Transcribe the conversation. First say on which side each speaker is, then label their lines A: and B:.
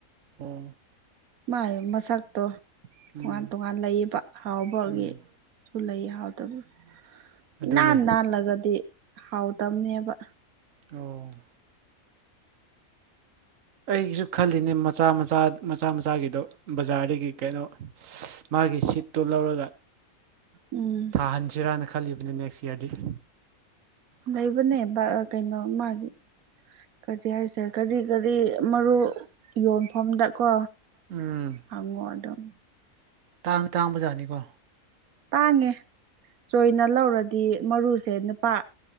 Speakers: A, on the right; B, on the right.
A: ꯎꯝ
B: ꯃꯥꯒꯤ ꯃꯁꯛꯇꯣ
A: ꯎꯝ
B: ꯇꯣꯉꯥꯟ ꯇꯣꯉꯥꯟ ꯂꯩꯌꯦꯕ ꯍꯥꯎꯕꯒꯤ꯫
A: ꯎꯝ
B: ꯁꯨ ꯂꯩꯌꯦ ꯍꯥꯎꯇꯕ
A: ꯑꯗꯨꯅꯦ
B: ꯏꯅꯥꯟ ꯅꯥꯜꯂꯒꯗꯤ ꯍꯥꯎꯇꯝꯅꯦꯕ꯫
A: ꯑꯣ ꯑꯩꯒꯤꯁꯨ ꯈꯜꯂꯤꯅꯦ ꯃꯆꯥ ꯃꯆꯥ ꯃꯆꯥ ꯃꯆꯥꯒꯤꯗꯣ ꯕꯖꯥꯔꯗꯒꯤ ꯀꯩꯅꯣ꯫ ꯃꯥꯒꯤ ꯁꯤꯠꯇꯨ ꯂꯧꯔꯒ꯫
B: ꯎꯝ
A: ꯊꯥꯍꯟꯁꯤꯔꯥꯅ ꯈꯜꯂꯤꯕꯅꯤ ꯅꯦꯛꯁ ꯏꯌꯔꯗꯤ ꯫
B: ꯂꯩꯕꯅꯦ ꯕ ꯀꯩꯅꯣ ꯃꯥꯒꯤ ꯀꯗꯤ ꯍꯥꯏꯁꯦꯔꯥ ꯀꯔꯤ ꯀꯔꯤ ꯃꯔꯨ ꯌꯣꯟꯐꯝꯗ ꯀꯣ
A: ꯎꯝ
B: ꯍꯪꯉꯣ ꯑꯗꯨꯝ꯫
A: ꯇꯥꯡ ꯇꯥꯡꯕꯖꯥꯠꯅꯤꯀꯣ꯫
B: ꯇꯥꯡꯉꯦ ꯆꯣꯏꯅ ꯂꯧꯔꯗꯤ ꯃꯔꯨꯁꯦ ꯅꯨꯄꯥ